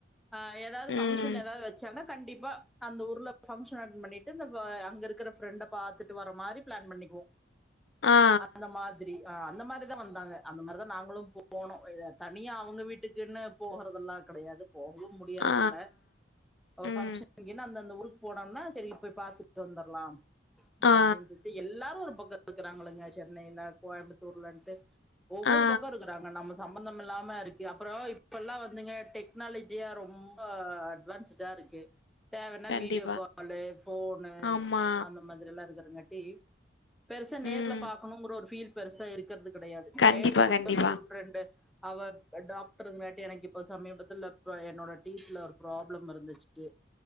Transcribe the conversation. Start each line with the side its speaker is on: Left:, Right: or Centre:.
Centre: ஆ ஏதாவது
Left: ம்
Centre: பங்க்ஷன் ஏதாவது வச்சாங்னா கண்டிப்பா அந்த ஊர்ல ஃபங்க்ஷன் அட்டன் பண்ணிட்டு இந்த அங்க இருக்குற ஃப்ரெண்ட பாத்துட்டு வர மாரி பிளான் பண்ணிக்குவோம்
Left: ஆ
Centre: அந்த மாதி ரி அந்த மாரிதான் வந்தாங்க அந்த மாரிதான் நாங்களும் போனோம் தனியா அவங்க வீட்டுக்குன்னு போகறதெல்லாம் கிடையாது போகவும் முடியறதல்ல
Left: ஆ ஆ
Centre: அவ
Left: ம்
Centre: பங்கஷன் அங்கனா அந்த அந்த உருக்கு போனோம்னா சரி போய் பாத்துட்டு வந்தர்லாம்
Left: ஆ
Centre: அப்டின்னு சொல்லிட்டு எல்லாரும் ஒரு இருக்கிறாங்களங்க சென்னையில கோயம்புத்தூர்ல ன்டு ஒவ்வொரு
Left: ஆ
Centre: பக்கம் இருக்குறாங்க நம்ம சம்பந்தம் இல்லாம இருக்கு அப்புறம் இப்பெல்லாம் வந்துங்க டெக்னாலஜியா ரொம்ப அட்வான்ஸ் இதா இருக்கு தேவன்னா
Left: கண்டிப்பா
Centre: வீடியோ கால்லு ஃபோனு
Left: ஆமா
Centre: அந்த மாதிரில்லாம் இருக்கறங்காட்டி பெருசா நேர்ல
Left: ம்
Centre: பாக்கணுங்கிற ஒரு ஃபீல் பெருசா இருக்கிறது கிடையாது
Left: கண்டிப்பா
Centre: நேத்துக்கு கூட
Left: கண்டிப்பா
Centre: ஸ்கூல் ஃப்ரெண்டு அவ டாக்டருங் காட்டி எனக்கு இப்ப சமீபத்துல என்னோட டீத்துல ஒரு ப்ராப்ளம் இருந்துச்சி